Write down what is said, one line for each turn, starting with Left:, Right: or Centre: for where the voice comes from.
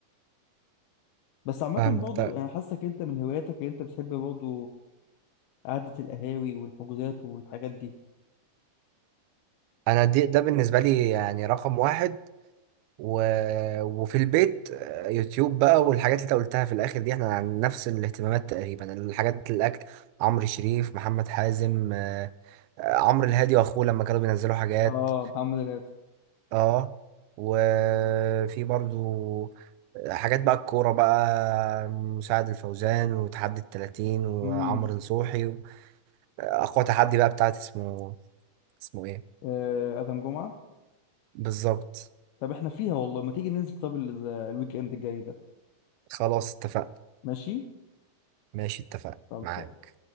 Left: بس عامة
Right: فاهمك
Left: برضه
Right: طيب
Left: انا حاسك انت من هواياتك اللي انت بتحب برضه قعدة القهاوي والحجوزات والحاجات دي
Right: انا دي ده بالنسبه لي يعني رقم واحد و... وفي البيت آه، يوتيوب بقى والحاجات اللي انت قلتها في الاخر دي احنا عن نفس الاهتمامات تقريبا الحاجات الاكل عمرو شريف محمد حازم آه، آه، عمرو الهادي واخوه لما كانوا بينزلوا حاجات
Left: اه محمد الهادي
Right: اه وفي برضو آه، حاجات بقى الكوره بقى مساعد الفوزان وتحدي التلاتين وعمرو
Left: امم
Right: نصوحي اقوى تحدي بقى بتاعت اسمه اسمه ايه
Left: آه ادم جمعة
Right: بالظبط
Left: طب احنا فيها والله ما تيجي ننزل طب ال- الويك اند الجاي ده
Right: خلاص اتفقنا
Left: ماشي
Right: ماشي اتفقنا
Left: خلصان
Right: معاك